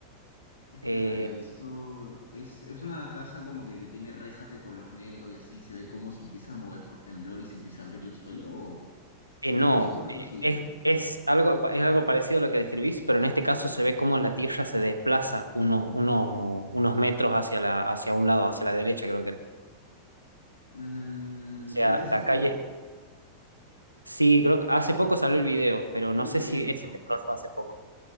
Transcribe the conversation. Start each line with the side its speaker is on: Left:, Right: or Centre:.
Left: Espera,
Right: Eh,
Left: eso es, es una casa como que, que tiene rejas de color negro y así se ve cómo se empieza a mover por temblor y se empieza a abrir el suelo. ¿o?
Right: eh,
Left: Porque
Right: no,
Left: he visto algo
Right: eh,
Left: así.
Right: es, es algo, es algo parecido a lo que describís, pero en este caso se ve cómo la Tierra se desplaza unos, unos, unos metros hacia la, hacia un lado, hacia la derecha, creo que era.
Left: Mm,
Right: O sea,
Left: es de hace
Right: la
Left: poco,
Right: calle, sí, creo que hace poco salió el video, pero no
Left: creo
Right: sé
Left: que
Right: si
Left: lo he visto.
Right: ese temblor fue hace poco.